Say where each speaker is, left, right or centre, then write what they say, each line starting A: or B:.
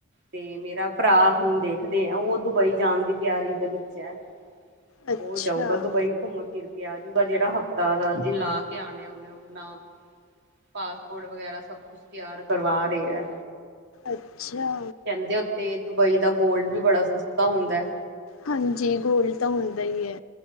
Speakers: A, on the right; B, on the left.
A: ਤੇ ਮੇਰਾ ਭਰਾ ਹੁਣ ਦੇਖਦੇ ਆ ਉਹ ਦੁਬਈ ਜਾਣ ਦੀ ਤਿਆਰੀ ਦੇ ਵਿੱਚ ਹੈ।
B: ਅੱਛਾ,
A: ਔ ਜਾਉਗਾ ਦੁਬਈ ਘੁੰਮ ਫਿਰ ਕੇ ਆਉਗਾ ਜਿਹੜਾ ਹਫਤਾ ਨਾਲ ਜੀ ਲਾ ਕੇ ਆਣੇ। ਨਾ, ਪਾਸਪੋਟ ਵਗੈਰਾ ਸਭ ਕੁਝ ਤਿਆਰ ਕਰਵਾ ਰਿਆ।
B: ਅੱਛਾ।
A: ਕਹਿੰਦੇ ਉਥੇ ਦੁਬਈ ਦਾ ਗੋਲਡ ਵੀ ਬੜਾ ਸਸਤਾ ਹੁੰਦਾ।
B: ਹਾਂਜੀ ਗੋਲਡ ਤਾਂ ਹੁੰਦਾ ਐ।